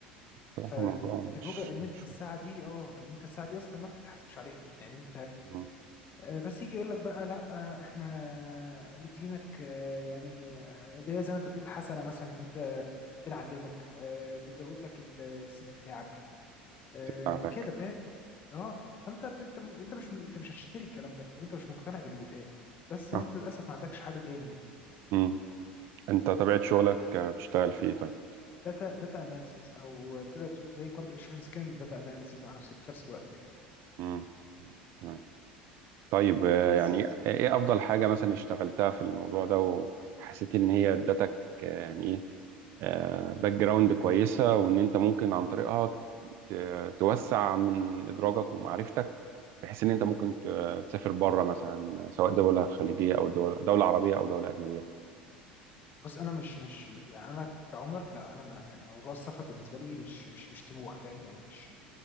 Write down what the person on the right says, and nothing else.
بصراحة
موضوع مش
مش
مم،
بتاعتك
آه،
مم. انت طبيعة شغلك آه، بتشتغل فيه طيب
مم، مم، تمام طيب آه،
يعني ايه افضل حاجة مثلا اشتغلتها في الموضوع ده وحسيت ان هي ادتك آه، يعني ايه باك جراوند كويسه وان انت ممكن عن طريقها ت- توسع من ادراجك ومعرفتك بحيث ان انت ممكن ت- تسافر بره مثلا سواء دوله خليجيه او دوله دوله عربيه او دوله اجنبيه